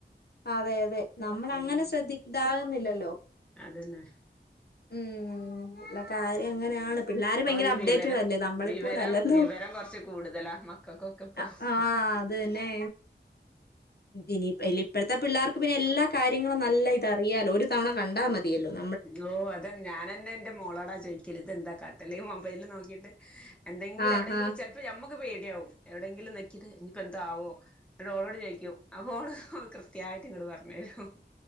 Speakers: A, on the left (about 60°); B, in the centre.
A: അതെ അതെ നമ്മളങ്ങനെ
B: ഉം
A: ശ്രദ്ധി ഇതാകുന്നില്ലല്ലോ
B: അതന്നെ
A: ഉം ള്ള കാര്യങ്ങനെയാണ് പിള്ളാര്
B: ഇപ്പൊ
A: ഭയങ്കര
B: ഈ
A: അപ്ഡേറ്റഡല്ലേ
B: വിവരം
A: നമ്മളെപ്പോലല്ലല്ലോ
B: വിവരം വിവരം കൊറച്ച് കൂടുതലാ മക്കക്കൊക്കെ ഇപ്പൊ
A: ആഹ് അത് തന്നെ ഇനിപ്പൊ ഇലി പ്പഴത്തെ പിള്ളാർക്ക് പിന്നെ എല്ലാ കാര്യങ്ങളും നല്ല ഇതറിയാലോ ഒരു തവണ കണ്ടാ മതിയല്ലോന്ന്
B: യോ അതെ ഞാനന്നെ ന്റെ മോളോടാ ചോയ്ക്കല് ഇത് എന്താ കാട്ടല് മൊബൈല് നോക്കിട്ട് എന്തെങ്കിലും
A: ആഹ്
B: എവിടെങ്കിലും
A: ആഹ്
B: ചെല പ്പ ഞമ്മക്ക് പേടിയാവും എവിടെങ്കിലും ഞെക്കിട്ട് ഇഞ്ഞിപ്പോ എന്താവോ ന്നട്ട് ഓളോട് ചോയിക്കും അപ്പോ ഓള് കൃത്യായിട്ട് ഇങ്ങട് പറഞ്ഞെരും